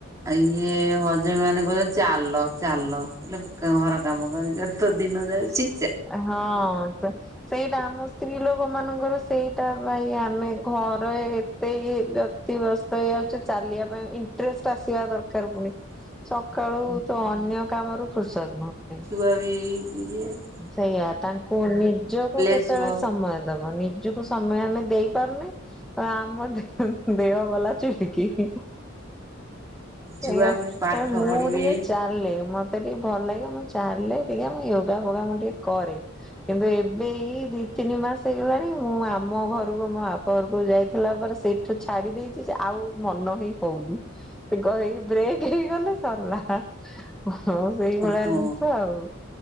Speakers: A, on the right; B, in the centre.
A: ଇଏ ହଜବେନଡ୍ କହିବେ ଚାଲ - ଚାଲ ହେଲେ ଘର କାମ କରି କରି ତ ଦିନ ଯାଉଚି -
B: ହଁ। ସେଇଟା ଆମ ସ୍ତ୍ରୀ ଲୋକ ମାନଙ୍କର ସେଇଟା ପାଇଁ ଆମେ ଘର ଏତେ ଇଏ - ବ୍ୟସ୍ତ ହେଇଯାଉଛି ଚାଲିବା ପାଇଁ ଇଣ୍ଟରେଷ୍ଟ ଆସିବା ଦରକାର ପୁଣ।
A: ହ <inaudible>
B: ସକାଳୁ ତ ଅନ୍ୟ କାମରୁ ଫୁରସତ୍ ମିଳୁନି -
A: ଦଆ ବିଏ <unintelligible>
B: ସେଇଆା ତାଙ୍କୁ ନିଜକୁ କେତେବେଳେ
A: ଆସିବ
B: ସମୟ ଦବ ନି। ନିଜକୁ ସମୟ ଆମେ ଦେଇପାରୁନେ ତ ଆମ ଦିନ - ଦେହ ଗଲା ଚୁଲିକି।
A: ଛୁଆ
B: ଆଇ
A: ପୁଣି ପାଠ
B: ମୁଁ
A: ପଢିବେ
B: ଟିକେ ଚାଲେ - ମତେ ଟିକେ ଭଲ ଲାଗେ ମୁଁ ଚାଲେ ଟିକେ ୟୋଗା ଫୋଗା ମୁଁ ଟିକେ କରେ। କିନ୍ତୁ ଏବେ ଏଇ ଦି ତିନି ମାସ ହେଇଗଲାଣି ମୁଁ ଆମ ଘରକୁ ମୋ ବାପଘରକୁ ଯାଇଥିଲା ପରେ - ଠୁ ଛାଡି ଦେଇଛି ଯେ ଆଉ ମନ ହିଁ - ହଉନି ଏଇ ବ୍ରେକ୍ ହେଇଗଲେ ସରିଲା ହ। ସେଇ ଭଳିଆ
A: ହଁ
B: ଜିନିଷ ଆଉ।